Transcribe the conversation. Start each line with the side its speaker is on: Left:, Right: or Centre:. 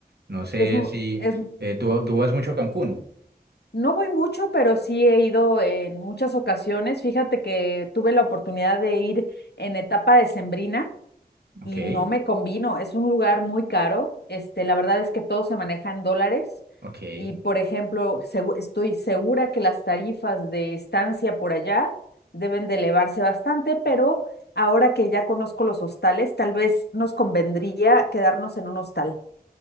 Right: No sé
Left: Es, mu-
Right: si
Left: es,
Right: eh, tú,
Left: ujú.
Right: tú vas mucho a Cancún.
Left: No voy mucho, pero sí he ido en muchas ocasiones. Fíjate que tuve la oportunidad de ir en etapa decembrina
Right: Ok,
Left: y no me convino. Es un lugar muy caro. Este, la verdad es que todo se maneja en dólares.
Right: ok.
Left: Y, por ejemplo, segu- estoy segura que las tarifas de estancia por allá deben de elevarse bastante, pero ahora que ya conozco los hostales, tal vez nos convendría quedarnos en un hostal.